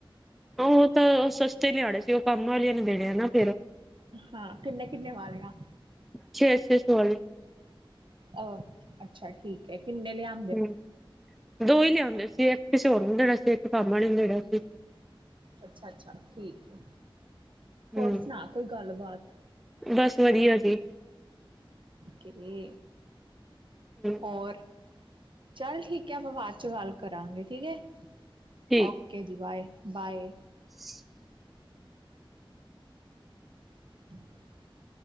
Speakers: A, in the centre; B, on the right (about 65°).
A: ਹਾਂ ਓ ਤਾਂ ਸਸਤੇ ਲਿਆਨੇ ਸੀ ਓ ਕੰਮ ਆਲੀਆਂ ਨੂੰ ਦੇਨੇ ਨਾ ਫੇਰ।
B: ਹਾਂ ਕਿੰਨੇ-ਕਿੰਨੇ ਵਾਲੇ ਆ।
A: ਛੇ-ਛੇ ਸੋ ਆਲੇ।
B: ਅ ਅੱਛਾ ਠੀਕ ਐ ਕਿੰਨੇ ਲਿਆ
A: ਹੂੰ ਦੋ ਈ ਲਿਆਂਦੇ ਸੀ ਇੱਕ ਕਿਸੇ ਹੋਰ ਨੂੰ ਦੇਣਾ ਸੀ ਇੱਕ ਕੰਮ ਆਲੀ ਨੂੰ ਦੇਣਾ ਸੀ।
B: ਅੱਛਾ-ਅੱਛਾ ਠੀਕ ਏ ਹੋਰ
A: ਹੂੰ
B: ਸੁਣਾ ਕੋਈ ਗੱਲ ਬਾਤ?
A: ਬਸ ਵਦੀਆ ਜੀ।
B: ਕਿਵੇ
A: <unintelligible>
B: ਹੋਰ ਚੱਲ ਠੀਕ ਐ ਆਪਾਂ ਬਾਦ ਚ ਗੱਲ ਕਰਾਂਗੇ ਠੀਕ ਐ
A: ਠੀਕ
B: ਓ ਕੇ ਜੀ ਬਾਏ ਬਾਏ।
A: <inaudible>
B: <inaudible>